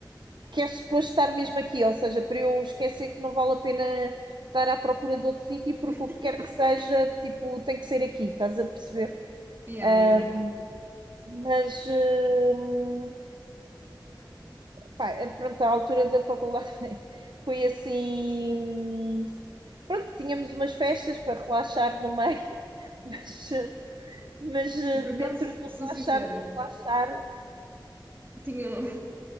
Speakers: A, on the right (about 70°); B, on the right (about 25°).
A: que é suposto estar mesmo aqui, ou seja, para eu esquecer que não vale a pena estar à procura de outro sítio, porque
B: <laughs>
A: o que quer que seja, tipo, tem que ser aqui, estás a perceber?
B: Yeah,
A: Hum,
B: yeah.
A: mas, hum, pá, eh, pronto, a altura da faculdade <laughs> foi assim. hum, Pronto, tínhamos umas festas para relaxar no meio, <laughs> mas, mas eh,
B: Eu por
A: dentro
B: acaso,
A: do
B: sou
A: relaxar,
B: sincera,
A: não relaxar.
B: tinham